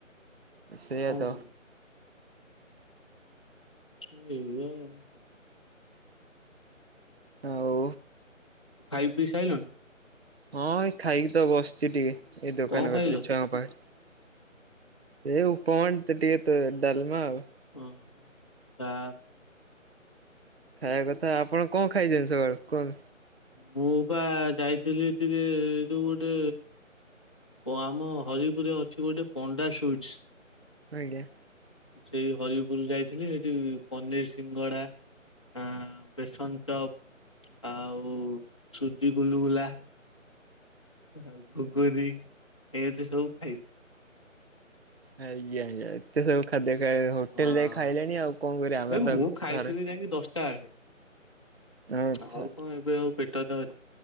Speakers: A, on the right; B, on the left.
A: ସେଇଆ
B: ହଁ
A: ତ
B: ହୁଁ। <unintelligible>
A: ଆଉ
B: ଓ ଖାଇ ପିଇସାଇଲ?
A: ହଁ ଏଇ ଖାଇକି ତ ବସିଛି ଟିକେ ଏଇ ଦୋକାନ
B: କଣ ଖାଇଲ?
A: କତିରେ ଛୁଆଙ୍କ ପାଖରେ। ଏଇ ଉପମାଣ୍ଡ ତ ଟିକେ ତ ଡାଲମା ଆଉ।
B: ଓ ଯା
A: ଖାଇବା କଥା ଆପଣ କଣ ଖାଇଛନ୍ତି ସକାଳୁ କହୁ?
B: ମୁଁ ବା ଯାଇଥିଲି ଟିକେ ଏ ଯୋଉ ଗୋଟେ ଆମ ହରିପୁରରେ ଅଛି ଗୋଟେ ପଣ୍ଡା ସୁଇଟ୍ସ
A: ଆଜ୍ଞା।
B: ସେଇ ହରିପୁର ଯାଇଥିଲି ସେଇଠି ପନିର ସିଙ୍ଗଡା ଆ ବେସନ ଚପ ଆଉ ହଉ ସୁଜି ଗୁଲ ବୁଲା ଆଉ ଘୋଗର ଏତି ସବୁ ଖାଇଛି।
A: ଆଜ୍ଞା ଆଜ୍ଞା ଏତେ ସବୁ ଖାଦ୍ୟ ହୋଟେଲ
B: ହଁ
A: ଯାଇ ଖାଇଲେଣି ଆଉ କଣ କରିବା ଆମର
B: ଏ
A: ତ
B: ମୁଁ ଖାଇଥିଲି
A: ଘରେ
B: ଯାଇକି ଦଶଟା ବେଳେ
A: ଆଚ୍ଛା
B: ଆଉ କଣ ଏବେ ଆଉ ପେଟ ଅଛି